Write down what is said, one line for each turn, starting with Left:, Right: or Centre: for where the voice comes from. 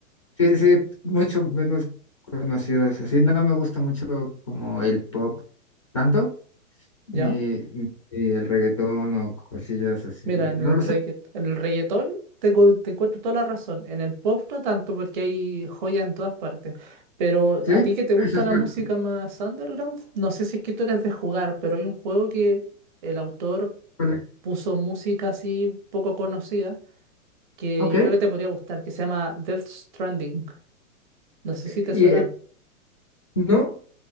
Left: sí, sí, mucho menos conocidas. Así no, no me gusta mucho como el pop, tanto, ni,
Right: ¿Ya?
Left: ni el reggaetón o cosillas así.
Right: Mira, en el
Left: No lo
Right: reggaet-
Left: sé,
Right: en el reggaetón te, cu- te encuentro toda la razón. En el pop no tanto, porque hay joyas en todas partes. Pero
Left: sí,
Right: a ti que te gusta
Left: eso es
Right: la
Left: cierto.
Right: música más underground, no sé si es que tú eres de jugar, pero hay un juego que el autor
Left: Vale.
Right: puso música así poco conocida, que
Left: Ok,
Right: yo creo que te podría gustar, que se llama Death Stranding. No sé si
Left: y
Right: te suena.
Left: eh, no,